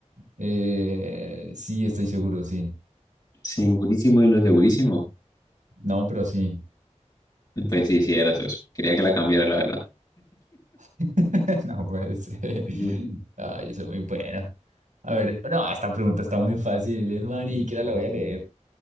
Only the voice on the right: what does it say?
Eh, sí, estoy seguro, sí.
No, pero sí.
<laughs> No puede ser.
Ah, yo soy muy bueno. A ver, no, esta pregunta está muy fácil, es más, ni siquiera la voy a leer.